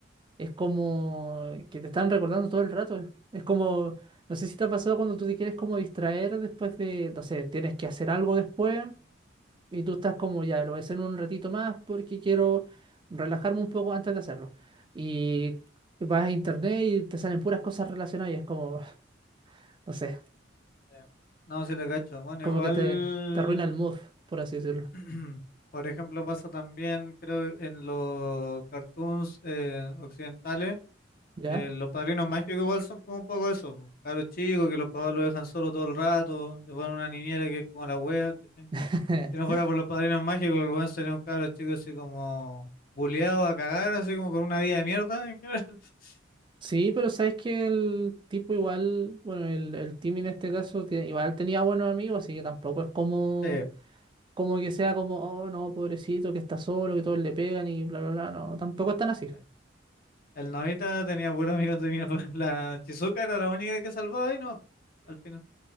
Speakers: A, on the right; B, on the left.
A: es como que te están recordando todo el rato. Es como, no sé si te ha pasado cuando tú te quieres como distraer después de, no sé, tienes que hacer algo después. Y tú estás como ya, lo voy a hacer en un ratito más porque quiero relajarme un poco antes de hacerlo. Y vas a internet y te salen puras cosas relacionadas y es como, <laughs> no sé,
B: Sí. No, si te cacho. Bueno,
A: como
B: igual,
A: que te, te arruina el mood, por así decirlo.
B: <clears throat> por ejemplo, pasa también, creo, en los cartoons eh, occidentales,
A: ¿Ya?
B: eh, los padrinos mágicos igual son como un poco eso, po, cabros chicos que los papás lo dejan solo todo el rato, le ponen una niñera que es como la wea, ¿cachai?
A: <laughs>
B: Si no fuera por los padrinos mágicos, el weón sería un cabro chico así como buleado a cagar, así como con una vida de mierda en general. <laughs>
A: Sí, pero sabes que el tipo igual, bueno, el, el Timmy en este caso, tie- igual tenía buenos amigos, así que tampoco es como,
B: Sí,
A: como que sea como, oh no, pobrecito, que está solo, que todos le pegan y bla, bla, bla. No, tampoco están así.
B: sí. El Nobita tenía puros amigos de mierda. <laughs> La Chizuka era la única que salvaba y no, al final.